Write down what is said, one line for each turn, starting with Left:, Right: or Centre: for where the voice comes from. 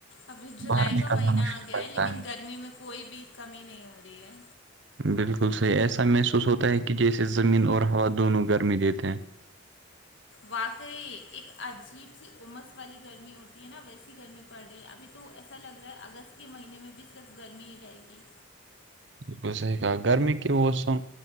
Left: ابھی جولائی
Right: باہر
Left: کا
Right: نکلنا
Left: مہینہ
Right: مشکل
Left: آ گیا
Right: لگتا
Left: ہے لیکن گرمی میں کوئی بھی کمی نہیں ہو رہی ہے
Right: بالکل صحیح ایسا محسوس ہوتا ہے کہ جیسے زمین اور ہوا دونوں گرمی دیتے ہیں <unintelligible>
Left: واقعی ایک عجیب سی امس والی گرمی ہوتی ہے نا ویسی گرمی پڑ رہی ہے ابھی تو ایسا لگ رہا ہے اگست کے مہینے میں بھی صرف گرمی ہی رہے گی
Right: بالکل صحیح کہ گرمی کے موسم